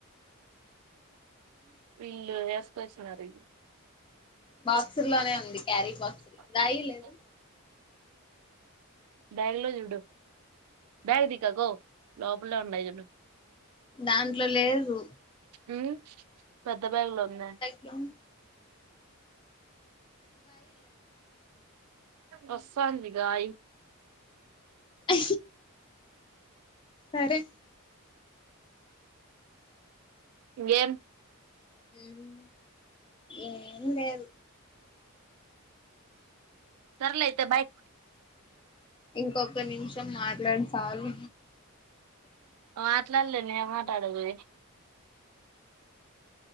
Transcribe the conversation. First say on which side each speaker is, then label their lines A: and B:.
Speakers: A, on the right (about 85°); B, on the left (about 20°).
A: వీళ్ళు వే‌సుకొచ్చినారు ఇది <unintelligible>
B: బాక్స్ లోనే ఉంది క్యారీ బాక్స్ లో గాయి లేదు
A: బ్యాగ్ లో జూడు బ్యాగ్ దీకా కోవ్ లోపలే ఉండాయి జూడు
B: దాంట్లో లేదు
A: ఉమ్ పెద్ద బాగ్ లో ఉందా
B: డం
A: వస్తాంది గాయి
B: అ సరే
A: ఇంగేం
B: ఉమ్ ఏం లే
A: సర్లే అయితే బాయ్
B: ఇంకొక్క నిమిషం మాట్లాడు సాలు
A: మాట్లాడలేను ఏం మాటాడాలి